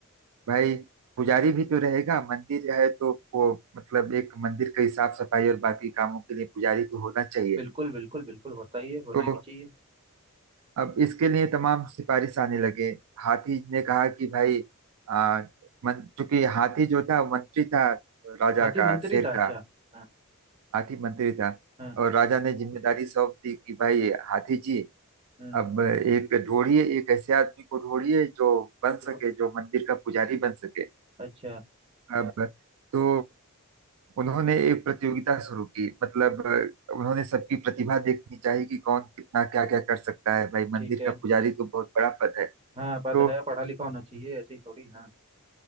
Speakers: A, on the right; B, on the right.
A: भाई पुजारी भी तो रहेगा मंदिर है तो वो मतलब एक मंदिर की साफ सफाई और बाकी कामों के लिए पुजारी तो होना चाहिए
B: बिल्कुल बिल्कुल बिल्कुल होता ही है होना
A: तो
B: ही भी चाहिए
A: अब इसके लिए तमाम सिफारिश आने लगे हाथी ने कहा कि भाई आ, मन चूंकि हाथी जो था वो मंत्री था राजा
B: हाथी
A: का
B: मंत्री
A: शेर
B: था अच्छा
A: का
B: हाँ
A: हाथी मंत्री था
B: हाँ
A: और राजा ने जिम्मेदारी सौंप दी कि भाई हाथी जी
B: हाँ
A: अब एक ढूंढिए एक ऐसे आदमी को ढूंढिए जो बन
B: जो
A: सके जो मंदिर का पुजारी बन सके
B: अच्छा
A: अब तो उन्होंने एक प्रतियोगिता शुरू की मतलब अ, उन्होंने सबकी प्रतिभा देखनी चाहिए कि कौन कितना क्या क्या कर सकता है भाई मंदिर
B: ठीक है
A: का पुजारी तो बहुत बड़ा पद है
B: हाँ पद
A: तो
B: है पढ़ा लिखा होना चाहिए ऐसे ही थोड़ी हाँ